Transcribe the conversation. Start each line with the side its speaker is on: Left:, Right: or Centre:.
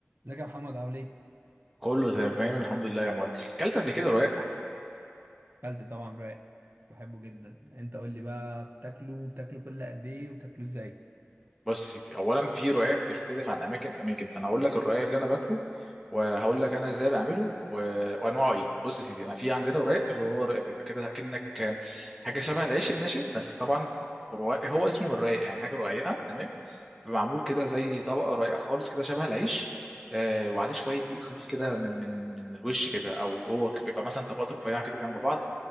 Right: ازيك يا محمد عامل ايه؟
Centre: كله تمام الحمد لله يا مايكل كلت قبل كده رقاق
Right: اكلت طبعا راق بحبه جدا انت قول لي بقى بتاكله بتاكله كل قد ايه وبتاكله ازاي؟
Centre: بص يا سيدي اولا في رقاق بيختلف عن اماكن اماكن فانا هقول لك الرقاق اللي انا باكله وهقول لك انا ازاي بعمله و... وانواعه ايه بص يا سيدي انا في عندنا رقاق اللي هو رقاق بيبقى كده كأنك حاجه شبه العيش الناشف بس طبعا رقاق هو اسمه من الرقاق يعني حاجه رقيقه تمام بيبقى معمول كده زي طبقه رقيقه خالص كده شبه العيش آه وعليه شويه دقيق خفيف كده من من من الوش كده او هو ك- بيبقى مثلا طبقات رفيعه كده جنب بعض